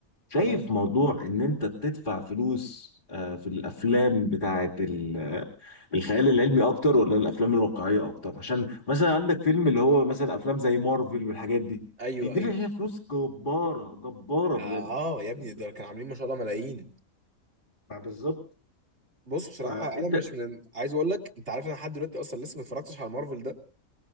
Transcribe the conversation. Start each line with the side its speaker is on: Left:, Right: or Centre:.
Left: شايف
Right: <laughs> تمام
Left: موضوع ان انت تدفع فلوس آه، في الافلام بتاعت ال- آه، الخيال العلمي اكتر ولا الافلام الواقعية اكتر عشان مثلا عندك فيلم اللي هو مثلا افلام زي مارفل والحاجات دي
Right: ايوه
Left: بيدفع
Right: ايوه
Left: فيها فلوس جبارة جبارة
Right: ده
Left: بجد
Right: اه يا
Left: فهمت؟
Right: ابني ده كانوا عاملين ما شاء الله ملايين
Left: ما بالظبط
Right: بص بصراحه
Left: فانت
Right: انا مش من عايز اقول لك انت عارف انا لحد دلوقتي اصلا لسه ما اتفرجتش على مارفل ده